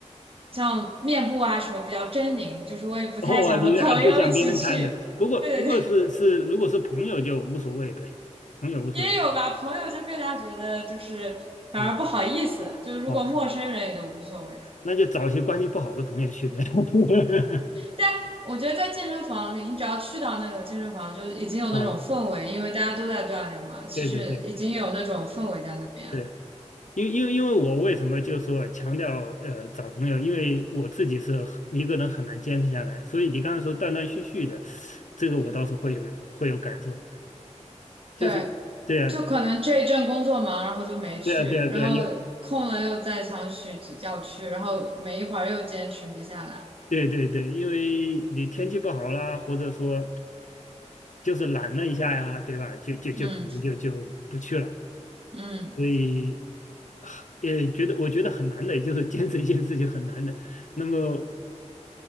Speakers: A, on the right; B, on the left.
A: 像面部啊什么比较狰狞，就是我也不太想和朋友一起去。
B: <laughs> 哦，你呃不想别人看着，不过不过是是，
A: 对对对。
B: 如果是朋友就无所谓呗，朋友无所谓
A: 也有吧，朋友就更加觉得就是反而不好意思，
B: 啊
A: 就是如果陌生人也就无所谓了。
B: 啊，那就找些关系不好的朋友去呗。<laughs>
A: 但我觉得在健身房里，你只要去到那个健身房，就已经有那种氛围，
B: 啊，
A: 因为大家都在锻炼嘛，其实已经有那种氛围在那边。
B: 对对对对，因为因为因为我为什么就说强调呃找朋友，因为我自己是很一个人很难坚持下来，所以你刚才说断断续续的，这个我倒是会有会有感受，就是对啊
A: 对，就可能这一阵工作忙，然后就没去，
B: 对啊对啊对啊，
A: 然后空了又再想去要去，
B: 有
A: 然后没一会儿又坚持没下来。
B: 对对对，因为你天气不好啦，或者说。就是懒了一下呀，对吧？就就就可能就就不去了，
A: 嗯嗯，
B: 所以很也觉得我觉得很难的，就是坚持一件事情很难的。那么